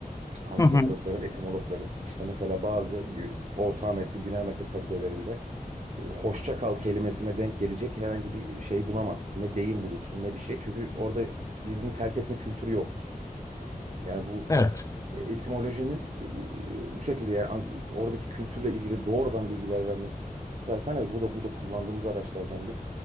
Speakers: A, on the right (about 45°); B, on the left (about 20°).
A: antropologların,
B: Hı hı.
A: etimologların. İşte mesela bazı Gü- Orta Amerika, Güney Amerika kabilelerinde e, hoşça kal kelimesine denk gelecek herhangi bir şey bulamazsın. Ne deyim bulursun ne bir şey. Çünkü orada birbirini terk etme kültürü yoktur. Yani bu
B: Evet.
A: e, etimolojinin e, bu şekilde yani an- oradaki kültürle ilgili doğrudan bilgiler vermesi zaten evet bu da bu da kullandığımız araçlardan biri.